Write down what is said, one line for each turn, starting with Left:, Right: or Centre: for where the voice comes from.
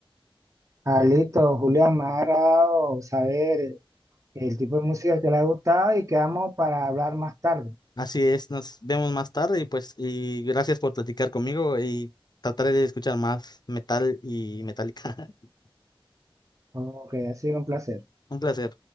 Right: Ah, listo, Julián, me ha agradado saber el tipo de música que le ha gustado y quedamos para hablar más tarde.
Left: Así es, nos vemos más tarde y pues y gracias por platicar conmigo y trataré de escuchar más metal y metálica. <laughs>
Right: Ok, ha sido un placer.
Left: Un placer.